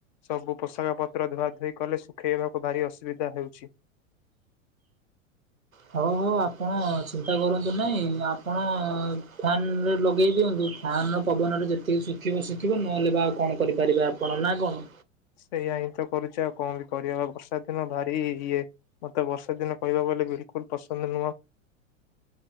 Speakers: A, on the left; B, on the right.
A: ସବୁ ପୋଷାକ ପତ୍ର ଧୁଆଧୁଇ କଲେ ଶୁଖେଇବାକୁ ଭାରି ଅସୁବିଧା ହେଉଛି।
B: ହଁ ହଉ ଆପଣ ଚିନ୍ତା କରନ୍ତୁ ନାହିଁ ଆପଣ ଫ୍ୟାନ ରେ ଲଗାଇ ଦିଅନ୍ତୁ। ଫାନର ପବନରେ ଯେତିକି ଶୁଖିବ ଶୁଖିବ ନହେଲେ ବା ଆଉ କଣ କରିପାରିବେ ଆପଣ? ନା କଣ?
A: ସେଇଆା ହିଁ ତ କରୁଛି ଆଉ କଣ ବି କରିବା ବର୍ଷା ଦିନ ଭାରି ଇଏ। ମତେ ବର୍ଷା ଦିନ କହିବ ବଲେ ବିଲକୁଲ ପସନ୍ଦ ନୁହଁ।